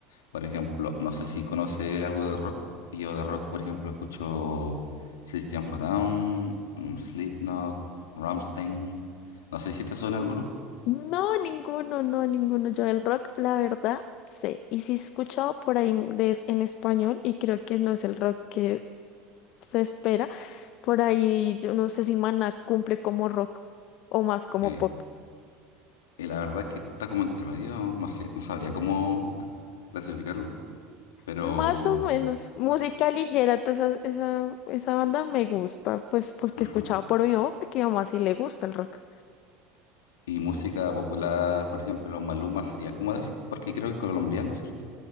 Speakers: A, on the left (about 75°); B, on the left (about 55°).
A: por ejemplo, no sé si conoce algo de rock, yo de rock, por ejemplo, escucho System of a Down, mm, Slipknot, Rammstein, no sé si te suena alguno.
B: No, ninguno, no, ninguno. Yo el rock, la verdad, sé. Y sí he escuchado por ahí de, en español y creo que no es el rock que se espera. Por ahí, yo no sé si Maná cumple como rock o más como
A: Eh,
B: pop.
A: y la verdad es que está como intermedio, no sé, no sabría cómo <laughs> clasificarlo, pero,
B: Más o menos. Música ligera, toda esa, esa, esa banda me gusta, pues porque
A: ajá.
B: escuchaba por mi mamá, porque a mi mamá sí le gusta el rock.
A: Y música popular, por ejemplo, Maluma sería como de eso, porque creo que es colombiano, ¿cierto?